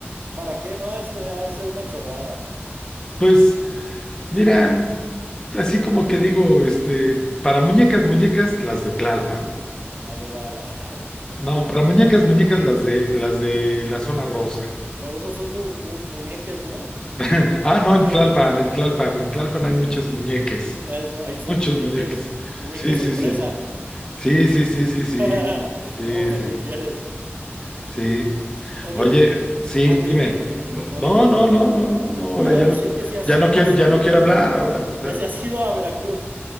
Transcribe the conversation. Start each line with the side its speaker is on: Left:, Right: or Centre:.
Right: ¿Para qué no? Este ha de ser una chorrada.
Left: pues mira, así como que digo, este, para muñecas, muñecas, las de Tlalpan.
Right: Las de Guadalajara.
Left: No, pero muñecas, muñecas las de las de la zona rosa.
Right: Pero esas son mu- mu- muñeques, ¿no?
Left: <laughs> Ah, no, en
Right: <laughs>
Left: Tlalpan, en Tlalpan, en Tlalpan hay muchos muñeques,
Right: Eso, ahí son
Left: muchos
Right: muñeques,
Left: muñeques.
Right: muñeques
Left: Sí,
Right: sorpresa.
Left: sí, sí. Sí, sí, sí, sí, sí.
Right: <laughs>
Left: Sí,
Right: No, ¿para
Left: sí.
Right: qué quieres?
Left: Sí.
Right: Oye,
Left: Oye, sí,
Right: manda,
Left: dime.
Right: dime, dime,
Left: No,
Right: no,
Left: no,
Right: dime, dime.
Left: no, no, no, no, no, ahora
Right: Te iba
Left: ya
Right: a decir
Left: no,
Right: que si has,
Left: ya no
Right: has,
Left: quiero, ya no quiero hablar, ahora pues ya.
Right: que si has ido a Veracruz.